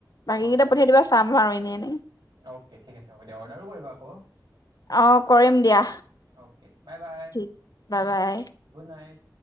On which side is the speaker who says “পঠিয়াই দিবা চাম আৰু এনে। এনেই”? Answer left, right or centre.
Left